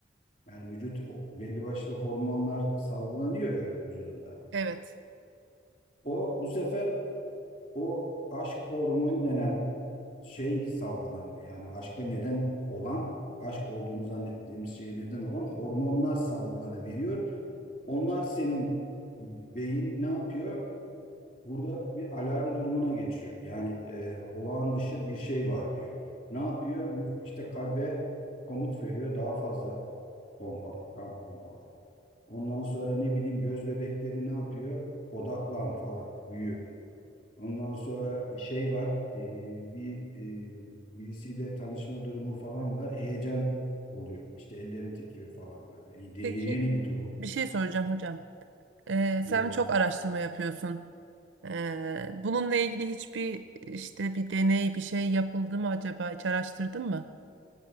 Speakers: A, on the left; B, on the right.
A: Yani vücut ho- belli başlı hormonlar salgılanıyor ya vücudunda.
B: Evet.
A: O bu sefer o aşk hormonu denen şey salgılanıyor. Yani aşka neden olan, aşk olduğunu zannettiğimiz şeye neden olan hormonlar salgılanıveriyor. Onlar senin beyin ne yapıyor? Burada bir alarm durumuna geçiyor. Yani e, olağan dışı bir şey var diyor. Ne yapıyor? İşte kalbe komut veriyor. Daha fazla pompala, kan pompala. Ondan sonra ne bileyim göz bebekleri ne yapıyor? Odaklan falan, büyü. Ondan sonra şey var, e, bir e, birisiyle tanışma durumu falan var. Heyecan oluyor. İşte ellerin titriyor falan böyle. Y-
B: Peki
A: Yeni bir durum.
B: bir şey soracağım hocam. Ee,
A: Evet.
B: sen çok araştırma yapıyorsun. Ee, bununla ilgili hiçbir işte bir deney bir şey yapıldı mı acaba? Hiç araştırdın mı?